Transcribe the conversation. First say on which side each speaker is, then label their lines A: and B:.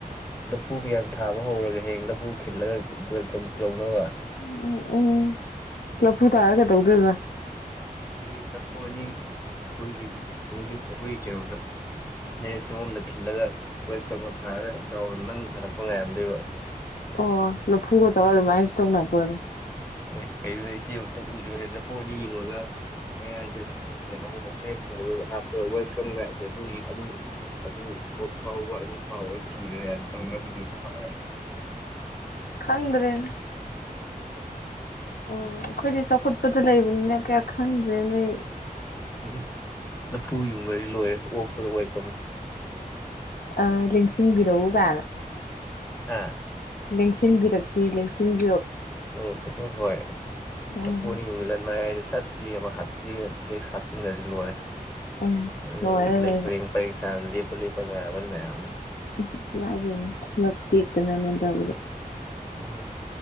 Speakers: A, on the left (about 15°); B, on the left (about 80°).
A: ꯂꯐꯨ ꯈꯔꯌꯝ ꯊꯥꯕ ꯍꯧꯔꯒ ꯍꯌꯦꯡ ꯂꯐꯨ ꯈꯤꯜꯂꯒ ꯒꯋꯦꯜꯀꯝ ꯇꯧꯅꯕ
B: ꯎꯝ ꯎꯝ ꯂꯐꯨ ꯇꯥꯔꯒ ꯀꯩꯗꯧꯗꯣꯏꯕ
A: ꯃꯤ ꯂꯐꯨ ꯑꯅꯤ ꯑꯩꯈꯣꯏꯒꯤ ꯊꯣꯡꯖꯤꯟ ꯑꯩꯈꯣꯏꯒꯤ ꯀꯩꯅꯣꯗ ꯂꯩꯥꯏꯔꯛ ꯆꯪꯐꯝꯗ ꯈꯤꯜꯂꯒ ꯋꯦꯠ ꯀꯛꯃ ꯊꯥꯔꯒ ꯆꯥꯎꯅ ꯅꯪ ꯍꯜꯂꯛꯄ ꯉꯥꯏꯔꯝꯗꯣꯏꯕ
B: ꯑꯣ ꯂꯐꯨꯒ ꯇꯧꯔꯒ ꯑꯗꯨꯧꯏ ꯇꯧꯅꯕꯣꯏꯔꯦ
A: ꯑꯦ ꯀꯩꯅꯣꯅꯦ ꯏꯆꯦ ꯑꯃꯇ ꯎꯗ꯭ꯔꯅꯦ ꯂꯐꯨ ꯑꯅꯤ ꯌꯨꯡꯉꯒ ꯃꯌꯥꯏꯗ ꯀꯩꯅꯣꯒꯨꯝꯕ ꯐ꯭ꯂꯦꯛꯁ ꯍꯥꯞꯄ ꯋꯦꯜꯀꯝꯒ ꯑꯗꯨ ꯑꯗꯨ ꯊꯕꯛ ꯐꯥꯎꯕ ꯑꯗꯨ ꯐꯥꯎꯕ ꯊꯤꯔꯦ ꯇꯧꯅꯔꯝꯃꯤꯗꯨꯗꯤ ꯅꯍꯟꯋꯥꯏ <inaudible>
B: ꯈꯪꯗ꯭ꯔꯦꯅ
A: <unintelligible>
B: ꯎꯝ ꯑꯩꯈꯣꯏꯗꯤ ꯆꯈꯨꯠꯄꯗ ꯂꯩꯕꯅꯤꯅ ꯀꯌꯥ ꯈꯪꯗꯔ꯭ꯦꯅꯦ
A: ꯎꯝ ꯂꯐꯨ ꯌꯨꯝꯒꯔꯤ ꯂꯣꯏꯔꯦ ꯑꯣꯛ <unintelligible>
B: ꯑ ꯂꯦꯡꯁꯤꯟꯕꯤꯔꯣ ꯒꯥꯅꯥ
A: ꯑ
B: ꯂꯦꯡꯁꯤꯟꯕꯤꯔꯛꯁꯤ ꯂꯦꯡꯁꯤꯟ
A: ꯎꯝ ꯍꯣꯏ ꯍꯣꯏ <unintelligible>
B: ꯎꯝ
A: ꯂꯥꯐꯨ ꯅꯤ ꯌꯨꯡꯖꯜꯒꯥ ꯁꯠꯁꯤ ꯑꯃ ꯍꯥꯞ ꯇꯦꯛꯁ ꯍꯥꯞꯆꯤꯟꯈ꯭ꯔꯗꯤ ꯂꯣꯏꯔꯦ
B: ꯎꯝ
A: ꯑ
B: ꯂꯣꯏꯔꯦ ꯑꯗꯩꯗ
A: ꯂꯩ ꯄꯔꯦꯡ ꯄꯔꯦꯡ ꯁꯅꯞ ꯐꯂꯤ ꯄꯀꯥꯔꯒꯅꯤꯕ ꯌꯥꯅ
B: <unintelligible>
A: ꯎꯝ